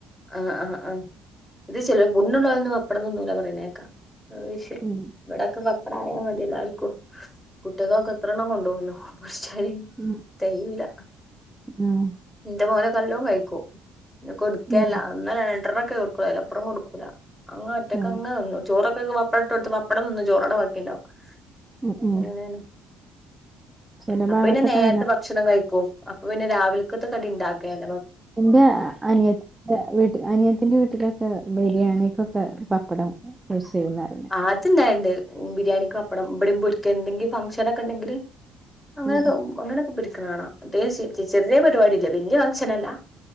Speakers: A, in the centre; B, on the right (about 15°).
A: ആഹ് ആഹ് ആഹ് ഇത് ചെലേ പുണ്ണ്ള്ളോലൊന്നും പപ്പടം തിന്നൂല പറയണേക്കാം അഹ് ശെ
B: ഉം
A: ഇവടൊക്കെ പപ്പടം ആയാമതി എല്ലാര്ക്കും പുട്ട്കൊക്കെ എത്രണ്ണം കൊണ്ടോവും നൊ പക്ഷേതി
B: ഉം
A: തെകയൂല
B: ആഹ്
A: ഇന്റെ മോനോക്കെല്ലോ കഴിക്കും പിന്നെ കൊടുക്കേല്ല
B: ഉം
A: ഒന്നോ രണ്ടോണൊക്കെ കൊടുക്കൊള്ളൂ അയിലപ്പുറം കൊടുക്കൂല അങ്ങ് ഒറ്റക്കെങ്ങ്
B: ആഹ്
A: നിന്നു ചോറൊക്കെക്ക് പപ്പടം ഇട്ടൊടുത്ത് പപ്പടം തിന്നും ചോറവിടെ വാക്കിയുണ്ടാവും
B: ഉം
A: അങ്ങനേണ്
B: ഉം ചില
A: അപ്പൊ
B: ഭാഗത്തൊക്കെ
A: പിന്നെ നേരത്തെ
B: അങ്ങനെ
A: ഭക്ഷണം കഴിക്കും അപ്പൊ പിന്നെ രാവിൽക്കത്തെ കടി ഇണ്ടാക്കേല്ല
B: ഇന്റെ അനിയ എന്റെ വീട്ടിൽ അനിയത്തീന്റെ വീട്ടിലൊക്കെ ബിര്യാണിക്കൊക്കെ പപ്പടം യൂസ് ചെയ്യുന്ന ആരുന്നെ
A: ആഹ് അതുണ്ടായൊണ്ട് ബിരിയാണിക്ക് പപ്പടം ഇബടിം പൊരിക്കേ എന്തെങ്കി ഫംഗ്ഷനൊക്കെണ്ടെങ്കില് അങ്ങനെത്തോ
B: ഉം
A: അങ്ങനെയൊക്കെ പൊരിക്കണ കാണാം പ്രത്യേകിച്ച് ചെ ചെറ്യേ പരിപാടില്ലേ വെല്ല്യ ഫംഗ്ഷനല്ല